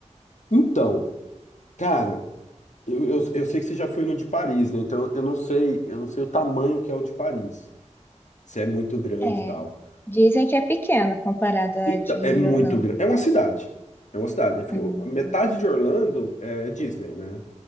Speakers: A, on the left; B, on the left.
A: Então, cara, eu, eu, eu sei que você já foi no de Paris, né? Então eu não sei, eu não sei o tamanho que é o de Paris. Se é muito grande
B: É,
A: e tal.
B: dizem que é pequeno comparada
A: Então,
B: à de
A: é muito
B: Orlando.
A: grande. É uma cidade. É uma cidade.
B: Hum,
A: Metade de Orlando é Disney, né?